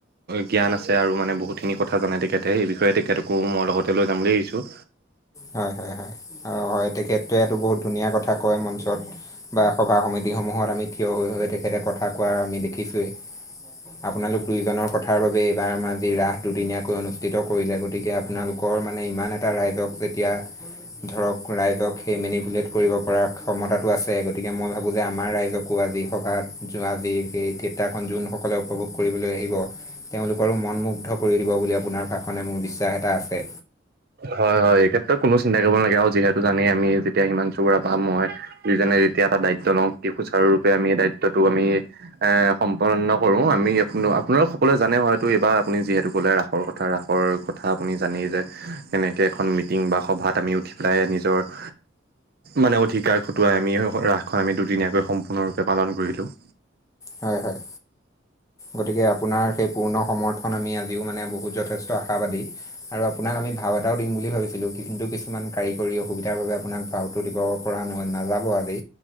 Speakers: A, on the right; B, on the left.
A: জ্ঞান আছে আৰু মানে বহুতখিনি কথা জানে তেখেতে সেই বিষয়ে, তে আকৌ মই লগতে লৈ যাম বুলি আহিছোঁ।
B: হয়, হয়, হয়। হয় তেখেতটোৱেটো বহুত ধুনীয়া কথা কয় মঞ্চত বা সভা সমিতিসমূহত আমি থিয় হৈ হৈ তেখেতে কথা কোৱা আমি দেখিছোঁৱেই। আপোনালোক দুয়োজনৰ কথাৰ বাবে এইবাৰ আমাৰ যি ৰাস দুদিনীয়াকৈ অনুষ্ঠিত কৰিলে গতিকে আপোনালোকৰ মান নে ইমান এটা ৰাইজক যেতিয়া ধৰক ৰাইজক সেই মেনিপুলেট কৰিব পৰা ক্ষমতাটো আছে গতিকে মই ভাবোঁ যে আমাৰ ৰাইজক আকৌ আজি সভাত যোৱা আজি সেই থিয়েটাৰখন যোনসকলে উপভোগ কৰিবলৈ আহিব। তেওঁলোকৰো মনমুগ্ধ কৰি দিব বুলি আপোনাৰ ভাষণে মোৰ বিশ্বাস এটা আছে।
A: হয়, হয় এই ক্ষেত্ৰত কোনো চিন্তা কৰিব নালাগে আৰু যিহেতু জানেই আমি যেতিয়া ইমান <unintelligible> মই দুইজনে যেতিয়া এটা দায়িত্ব লওঁ সুচাৰুৰূপে আমি দায়িত্বটো আমি এ সম্পন্ন কৰো। আমি আপোনালোক সকলোৱে জানে হয়তো এইবাৰ আপুনি যিহেতু ক'লে ৰাস ৰ কথা ৰাসৰ কথা আপুনি জানেই যে কেনেকে এখন মিটিং বা সভাত আমি উঠি পেলাই নিজৰ মানে অধিকাৰ খটুৱাই আমি ৰাসখন আমি দুদিনীয়াকৈ সম্পূৰ্ণৰূপে পালন কৰি দিও।
B: হয়, হয়। গতিকে আপোনাৰ সেই পূৰ্ণ সমৰ্থন আমি আজিও মানে বহুত যথেষ্ট আশাবাদী। আৰু আপোনাক আমি ভাও এটাও দিম বুলি ভাবিছিলোঁ কিন্তু কিছুমান কাৰিকৰী অসুবিধাৰ বাবে আপোনাক ভাওটো দিব পৰা নহ নহয় নাযাব আজি